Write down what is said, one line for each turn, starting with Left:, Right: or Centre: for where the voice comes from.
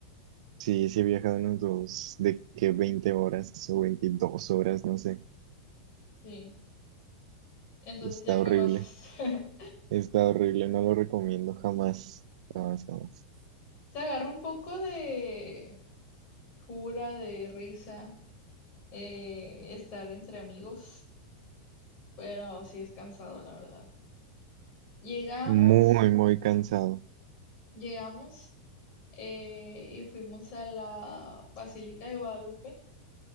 Right: Sí, sí he viajado unos dos, de que 20 horas o 22 horas, no sé.
Left: Sí, entonces
Right: Está
Left: ya conoces.
Right: horrible.
Left: <laughs>
Right: Está horrible, no lo recomiendo jamás, jamás, jamás.
Left: Se agarra un poco de cura, de risa, eh, estar entre amigos, pero sí es cansado, la verdad. Llegamos,
Right: Muy, muy cansado.
Left: llegamos eh, y fuimos a la Basílica de Guadalupe.